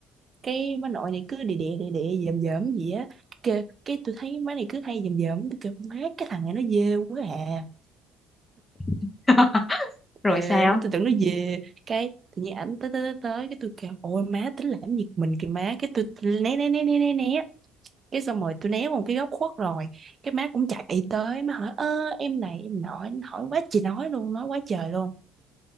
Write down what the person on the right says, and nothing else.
cái má nội này cứ đè đè đè đè dòm dòm gì á cái, cái tôi thấy má này cứ hay dòm dòm tôi kêu má cái thằng này nó ghê quá à
Ê,
má tôi tưởng nó về cái tự nhiên ảnh tới tới tới tới, cái tôi kêu ôi má tính làm việc mình kìa má cái tôi tôi né né né né né né cái xong rồi tôi né qua một cái góc khuất rồi cái má cũng chạy tới má hỏi ơ em này em nói hỏi quá chị nói luôn nói quá trời luôn